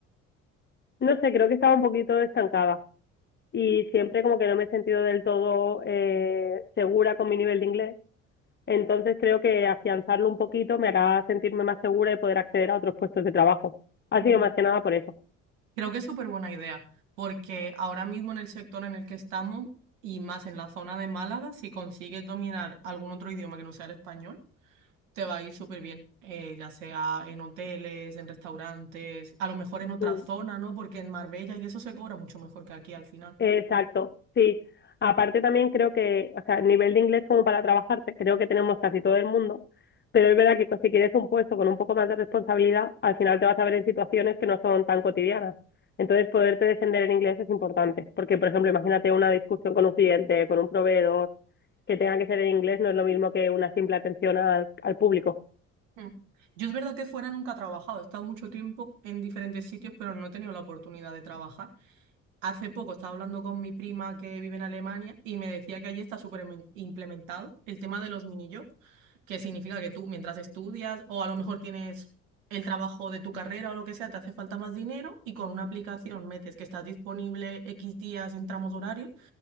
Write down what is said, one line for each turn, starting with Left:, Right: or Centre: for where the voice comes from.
Left: No sé, creo que estaba un poquito estancada y siempre como que no me he sentido del todo eh, segura con mi nivel de inglés. Entonces creo que afianzarlo un poquito me hará sentirme más segura y poder acceder a otros puestos de trabajo. Ha
Right: Mm,
Left: sido más que nada por eso.
Right: Creo que es súper buena idea, porque ahora mismo en el sector en el que estamos y más en la zona de Málaga, si consigues dominar algún otro idioma que no sea el español, te va a ir súper bien, eh, ya sea en hoteles, en restaurantes, a lo mejor en otra
Left: Mm,
Right: zona, ¿no? Porque en Marbella y eso se cobra mucho mejor que aquí al final.
Left: Exacto, sí. Aparte también creo que, o sea, nivel de inglés como para trabajar, te- creo que tenemos casi todo el mundo, pero es verdad que co- si quieres un puesto con un poco más de responsabilidad, al final te vas a ver en situaciones que no son tan cotidianas. Entonces, poderte defender en inglés es importante, porque, por ejemplo, imagínate una discusión con un cliente, con un proveedor, que tenga que ser en inglés, no es lo mismo que una simple atención al al público.
Right: Mm. Yo es verdad que fuera nunca he trabajado, he estado mucho tiempo en diferentes sitios, pero no he tenido la oportunidad de trabajar. Hace poco estaba hablando con mi prima que vive en Alemania y me decía que allí está súper em- implementado el tema de los mini jobs, que significa que tú mientras estudias o a lo mejor tienes el trabajo de tu carrera o lo que sea, te hace falta más dinero y con una aplicación metes que estás disponible X días en tramos horarios